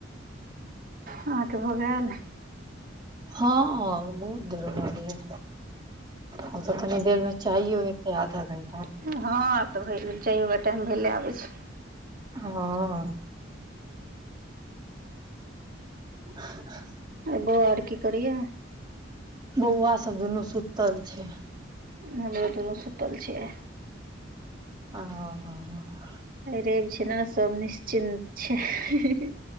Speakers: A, on the right; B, on the right.
A: अहाँ के भऽ गेल?
B: हँ, बहुत देर भ गेलै। हमसब कनी देर में चायो हेतै आधा घं
A: हँ आब तऽ भए गेल चायो क टाइम भेले आबै छै।
B: हँ चा
A: और बौआ औड की करैयै?
B: बौआ सब दुनू सुत्तल छै।
A: हमरो दुनू सुत्तल छै ए।
B: आ
A: रैब छिना सब निश्चिन्त छै।